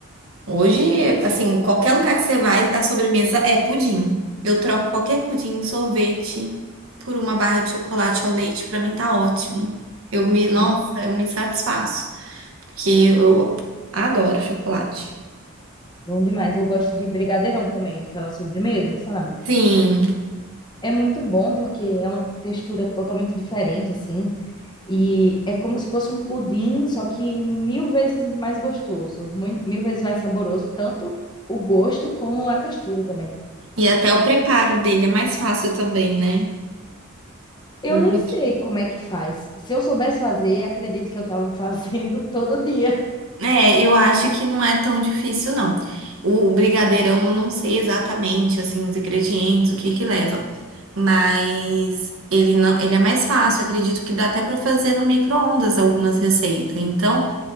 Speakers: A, on the right; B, on the left.
A: Hoje, assim, qualquer lugar que você vai, a sobremesa é pudim. Eu troco qualquer pudim, sorvete, por uma barra de chocolate ao leite, pra mim tá ótimo. Eu me, nossa,
B: Hum,
A: eu me satisfaço, porque eu adoro chocolate.
B: bom demais. Eu gosto de brigadeirão também, aquela sobremesa, sabe?
A: Sim,
B: É muito bom porque é uma textura totalmente diferente, assim. E é como se fosse um pudim, só que mil vezes mais gostoso, mui- mil vezes mais saboroso, tanto o gosto como a textura também.
A: E até o preparo dele é mais fácil também, né?
B: Eu nem
A: Do
B: sei
A: que...
B: como é que faz. Se eu soubesse fazer, acredito que eu estava fazendo <laughs> todo dia.
A: É, eu acho que não é tão difícil, não. O o brigadeirão eu não sei exatamente, assim, os ingredientes, o que que leva. Mas ele não, ele é mais fácil, acredito que dá até para fazer no micro-ondas algumas receitas. Então,